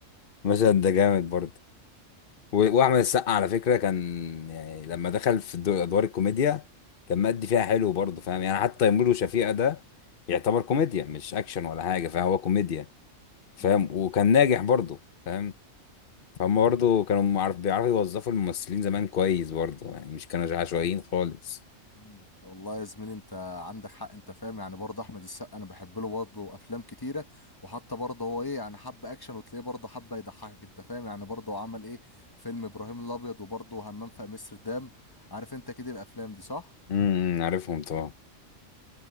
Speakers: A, on the left (about 45°); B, on the left (about 15°).
A: المشهد ده جامد برضه و- واحمد السقا على فكرة كان يعني لما دخل في الدو- ادوار الكوميديا كان مادي فيها حلو برضه فاهم يعني حتى تيمور وشفيقة ده يعتبر كوميديا مش اكشن ولا حاجة فهو كوميديا فاهم
B: هو
A: وكان ناجح برضه فاهم فهم برضه كانوا معرف بيعرفوا يوظفوا الممثلين زمان كويس برضه يعني مش كانوا عشوائيين خالص
B: مم. والله يا زميلي انت عندك حق انت فاهم يعني برضه احمد السقا انا بحب له برضه افلام كتيره وحتى برضه هو ايه يعني حب اكشن وتلاقيه برضه حب يضحكك انت فاهم يعني برضه هو عمل ايه فيلم ابراهيم الابيض وبرضه همام في امستردام عارف انت كده الافلام دي صح؟
A: امم عارفهم طبعا